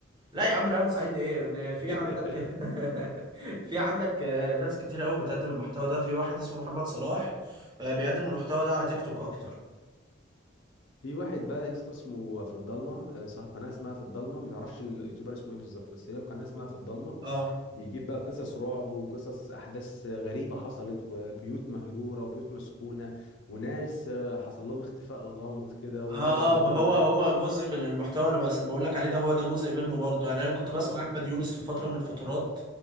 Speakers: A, on the right; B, on the left.
A: لا يا عم ريهام سعيد ايه إن في
B: <laughs>
A: عندك <laughs> في عندك آه، ناس كتير قوي بتقدم المحتوى ده في واحد اسمه محمد صلاح آه، بيقدم المحتوى ده على تيك توك اكتر
B: في واحد بقى يا اسطى اسمه في الضلمه آه، صاحب قناه اسمها في الضلمه مش عارفش اليوتيوبر اسمه ايه بالظبط بس هي القناه اسمها في الضلمه
A: اه
B: بيجيب بقى قصص رعب وقصص احداث غريبه حصلت وبيوت مهجوره وبيوت مسكونه وناس آه، حصل لهم اختفاء غامض كده وفجاه
A: اه
B: ظهروا
A: اه ما
B: بعدها
A: هو هو جزء من المحتوى اللي بس بقول لك عليه ده هو ده جزء منه برضه يعني انا كنت بسمع
B: اه
A: احمد يونس في فتره من الفترات